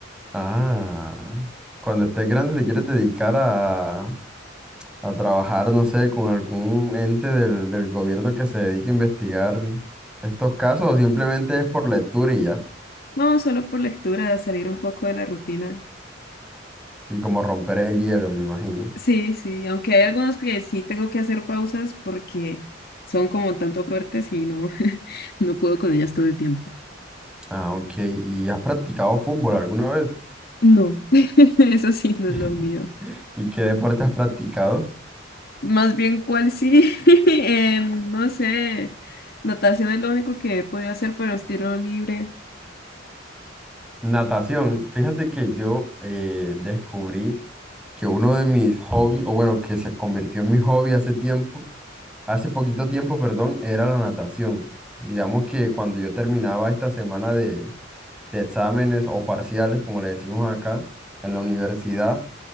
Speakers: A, in the centre; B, on the left (about 55°).
A: Ah, cuando estés grande te quieres dedicar a, a trabajar, no sé, con algún ente del, del gobierno que se dedique a investigar estos casos o simplemente es por lectura y ya,
B: No, solo por lectura, salir un poco de la rutina.
A: y como romper el hielo, me imagino.
B: Sí, sí, aunque hay algunos que sí tengo que hacer pausas porque son como tanto fuertes y no, <laughs> no puedo con ellas todo el tiempo.
A: Ah, ok. ¿Y has practicado fútbol alguna vez?
B: No, <laughs> eso sí
A: <laughs>
B: no es lo mío.
A: ¿Y qué deporte has practicado?
B: Más bien, ¿cuál sí? <laughs> Em, no sé, natación es lo único que he podido hacer, pero estilo libre.
A: Natación. Fíjate que yo eh, descubrí que uno de mis hobbies, o bueno, que se convirtió en mi hobby hace tiempo, Hace poquito tiempo, perdón, era la natación. Digamos que cuando yo terminaba esta semana de, de exámenes o parciales, como le decimos acá, en la universidad,